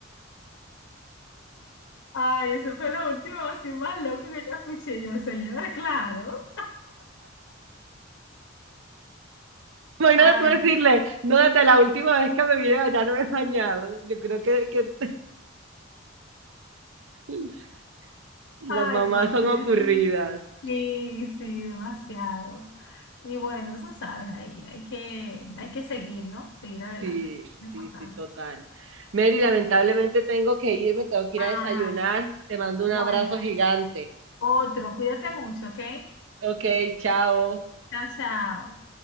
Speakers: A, on the left; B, on the right.
A: Ay, eso fue lo último así más loco que yo escuché. Yo, señora, claro.
B: Imagínate
A: Ay,
B: tú decirle, no, desde la última vez que me vine allá no me he bañado. Yo creo que, que <laughs> las
A: ay,
B: mamás
A: no,
B: son
A: mira
B: ocurridas.
A: tú. Sí, sí, demasiado. Y bueno, eso sabes ahí. Hay que, hay que seguir, ¿no? Seguir adelante.
B: Sí,
A: Eso Es lo importante.
B: sí, sí, total. Mary, lamentablemente tengo que irme, tengo que ir
A: Ah,
B: a desayunar. Te mando
A: bueno.
B: un abrazo gigante.
A: Otro, cuídate mucho, ¿ok?
B: Ok, chao.
A: Chao, chao.